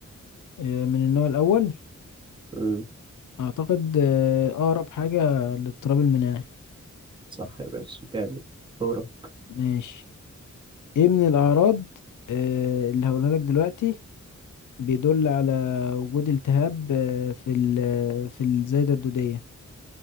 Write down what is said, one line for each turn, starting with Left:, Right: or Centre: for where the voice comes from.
Left: آه، من النوع الاول
Right: امم
Left: اعتقد آه، اقرب حاجه للاضطراب المناعي
Right: صح يا باشا جامد دورك
Left: ماشي ايه من الاعراض آه، اللي هقولها لك دلوقتي بيدل على وجود التهاب آه، في ال- في الزايده الدوديه